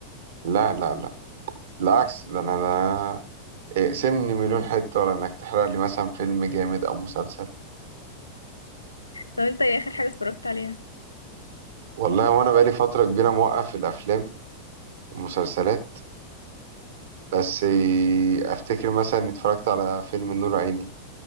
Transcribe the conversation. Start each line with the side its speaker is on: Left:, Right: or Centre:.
Right: لا لا لا بالعكس ده أنا ده اقسمني مليون حتة ولا إنك تحرق لي مثلا فيلم جامد أو مسلسل
Left: طب انت ايه اخر حاجه اتفرجت عليها
Right: والله وأنا بقالي فترة كبيرة موقف الأفلام والمسلسلات بس إيه، أفتكر مثلا إني اتفرجت على فيلم نور عيني